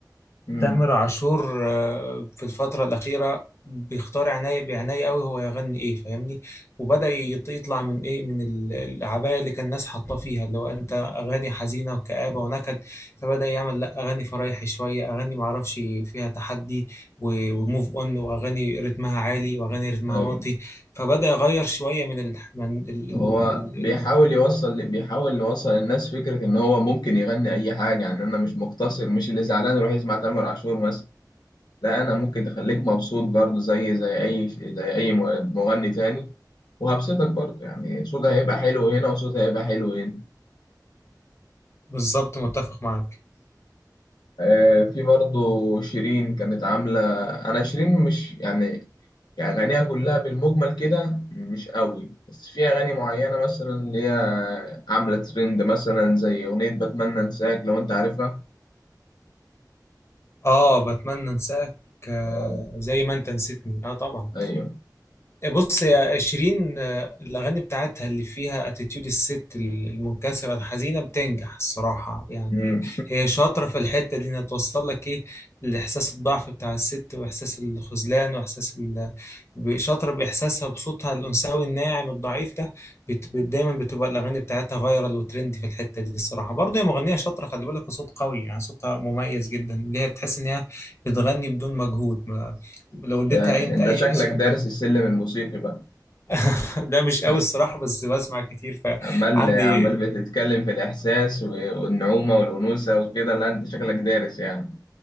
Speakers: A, on the left (about 70°); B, on the left (about 35°).
A: امم
B: تامر عاشور آه، في الفترة الأخيرة بيختار عناية بعناية قوي هو يغني إيه فاهمني وبدأ يط- يطلع من إيه من ال- العباية اللي كان الناس حاطاه فيها اللي هو أنت أغاني حزينة وكآبة ونكد فبدأ يعمل لأ أغاني فرايحي شوية أغاني معرفش فيها تحدي و- وموف أون وأغاني رتمها عالي وأغاني رتمها
A: أيوة
B: واطي فبدأ يغير شوية من ال... من ال... ال...
A: هو
B: ال...
A: بيحاول
B: ال...
A: يوصل بيحاول يوصل للناس فكرة إن هو ممكن يغني أي حاجة يعني أنا مش مقتصر مش اللي زعلان يروح يسمع تامر عاشور مثلا لا أنا ممكن تخليك مبسوط برضه زي زي أي زي أي مغني تاني وهبسطك برضه يعني صوتها هيبقى حلو هنا وصوتها هيبقى حلو هنا
B: بالظبط متفق معاك
A: آه في برضه شيرين كانت عاملة أنا شيرين مش يعني يعني أغانيها كلها بالمجمل كده مش قوي بس في أغاني معينة مثلا اللي هي عاملة ترند مثلا زي أغنية بتمنى أنساك لو أنت عارفها
B: آه بتمنى أنساك آه،
A: آه.
B: زي ما أنت نسيتني آه طبعا
A: أيوه
B: بص يا شيرين آه، الأغاني بتاعتها اللي فيها اتيتيود الست المنكسرة الحزينة بتنجح الصراحة يعني
A: مم.
B: هي شاطرة في الحتة دي إنها توصل لك إيه الإحساس الضعف بتاع الست وإحساس الخذلان وإحساس ال... ب- شاطرة بإحساسها بصوتها الأنثوي الناعم الضعيف ده بت... بت... دايما بتبقى الأغاني بتاعتها فايرال وترند في الحتة دي الصراحة برضه هي مغنية شاطرة خلي بالك وصوت قوي يعني صوتها مميز جدا اللي هي تحس إن هي بتغني بدون مجهود ما... لو
A: <laughs>
B: اديتها
A: ده
B: أي أنت
A: أنت
B: أي
A: شكلك دارس السلم الموسيقي بقى
B: <laughs> لا مش قوي
A: <laughs>
B: الصراحة بس بسمع كتير فعندي
A: عمال عمال بتتكلم في الإحساس و- والنعومة والأنوثة وكده لا أنت شكلك دارس يعني